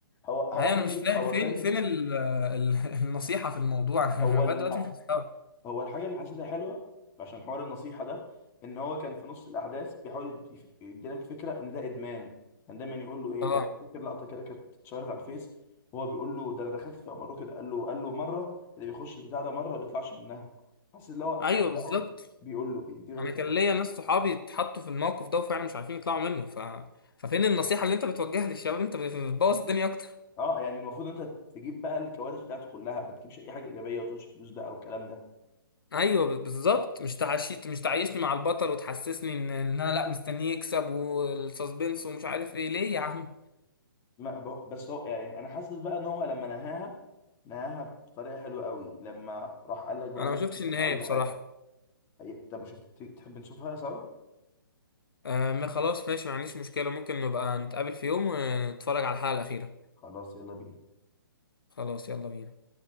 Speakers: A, on the left; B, on the left.
A: هو هو
B: ايوه
A: كان
B: انا مش فاهم
A: هو
B: فين
A: كان
B: فين ال ال <laughs> النصيحه في الموضوع <laughs>
A: هو
B: انا لغايه
A: الح...
B: دلوقتي مش مستوعب
A: هو الحاجه اللي حسيتها حلوه عشان حوار النصيحه ده ان هو كان في نص الاحداث بيحاول يف- يديلك فكره ان ده ادمان كان دايما يقول له ايه
B: اه
A: يعني فاكر لقطه كده كانت اتشهرت على الفيس وهو بيقول له ده انا دخلت في امره كده قال له قال له مره اللي بيخش البتاع ده مره ما بيطلعش منها حاسس اللي هو
B: ايوه
A: لا،
B: بالظبط
A: هو بيقول له بيديلك
B: انا
A: فكره
B: كان ليا ناس صحابي اتحطوا في الموقف ده وفعلا مش عارفين يطلعوا منه ف... ففين النصيحة اللي انت بتوجهها للشباب انت بتبوظ الدنيا اكتر
A: اه يعني المفروض انت تجيب بقى الكوارث بتاعته كلها ما تجيبش اي حاجه ايجابيه وتقولش فلوس بقى والكلام ده
B: ايوه ب- بالظبط مش تعيشني مش تعيشني مع البطل وتحسسني ان ان انا لا مستنيه يكسب والسسبنس ومش عارف ايه ليه يا عم
A: ما ب- بس هو يعني انا حاسس بقى ان هو لما نهاها نهاها بطريقه حلوه قوي لما راح قال لك بقى
B: انا
A: ان
B: ما
A: هو
B: شفتش
A: بياخد
B: النهاية
A: كل
B: بصراحة
A: حاجه أي- طب ما شفت ت- تحب نشوفها سوا
B: آه ما خلاص ماشي ما عنديش مشكلة ممكن نبقى نتقابل في يوم ونتفرج على الحلقة الأخيرة
A: خلاص يلا بينا
B: خلاص يلا بينا